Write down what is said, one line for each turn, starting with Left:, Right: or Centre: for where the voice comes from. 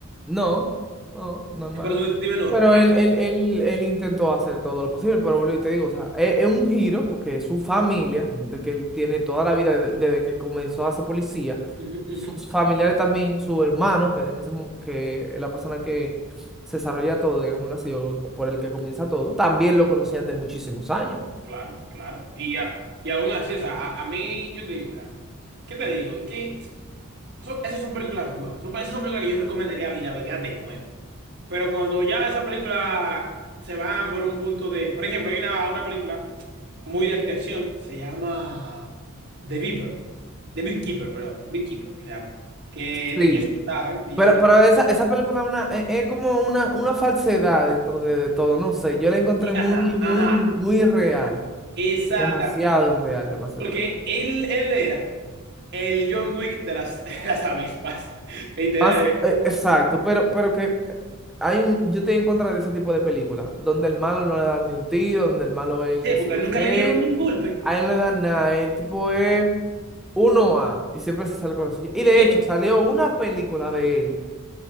Centre: No, no, normal.
Right: Parece un detective normal.
Centre: Pero él, él, él, él intentó hacer todo lo posible, pero vuelvo y te digo, o sea, es, es un giro porque su familia, gente que él tiene toda la vida de- desde que comenzó a ser policía,
Right: Ujú, ujú.
Centre: sus familiares también, su hermano, que era en ese, mo- que es la persona que se desarrolla todo, digámoslo así, o por el que comienza todo, también lo conocían de muchísimos años.
Right: Claro, claro. Y, ya, y aún así, o sea, a, a mí, yo te digo, mira, ¿qué te digo? Es Que son- esas son películas buenas. Son, esas son películas que yo recomendaría y la vería de nuevo. Pero cuando ya esas películas se van por un punto de... Por ejemplo, hay una, una película muy de, de acción, se llama The Viper. The Beekeeper, perdón. Beekeeper se llama. Que
Centre: Sí,
Right: es de Jason Statham. de
Centre: Pero,
Right: Jason Statham.
Centre: pero esa, esa película es una, es, es como una, una falsedad dentro de, de todo, no sé, yo la encontré muy,
Right: Ajá,
Centre: muy,
Right: ajá.
Centre: muy real.
Right: Exactamente.
Centre: Demasiado irreal, demasiado
Right: Porque
Centre: irreal.
Right: él, él era el John Wick de las, <laughs> de las avispas. Literalmente.
Centre: Más, eh, exacto, pero, pero que eh, hay un, yo estoy en contra de ese tipo de películas, donde el malo no le dan ni un tiro, donde el malo es el
Right: Sí,
Centre: que sé
Right: Porque
Centre: yo
Right: nunca
Centre: qué,
Right: le dieron ni un golpe.
Centre: a él no le dan nada, el tipo es uno a y siempre se sale con la suya. Y de
Right: Y
Centre: hecho, salió una película de él